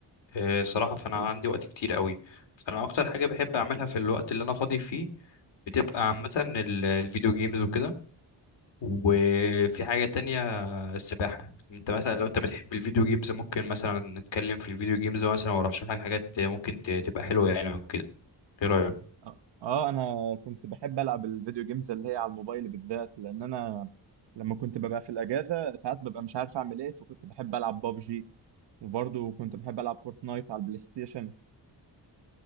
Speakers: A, on the left (about 85°); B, on the right (about 70°).
A: آه، الصراحة
B: طب
A: فأنا
B: حلو
A: عندي وقت كتير قوي فأنا أكتر حاجة بحب أعملها في الوقت اللي أنا فاضي فيه بتبقى عامة ال- الفيديو جيمز وكده وفي حاجة تانية السباحة أنت مثلا لو أنت بتحب الفيديو جيمز ممكن مثلا نتكلم في الفيديو جيمز مثلا وأرشح لك حاجات ممكن ت- تبقى حلوة يعني وكده إيه رأيك؟
B: اه آه، انا كنت بحب العب الفيديو جيمز اللي هي على الموبايل بالذات لان انا لما كنت ببقى في الاجازه ساعات ببقى مش عارف اعمل ايه فكنت بحب العب بابجي وبرضه كنت بحب العب فورتنايت على البلاي ستيشن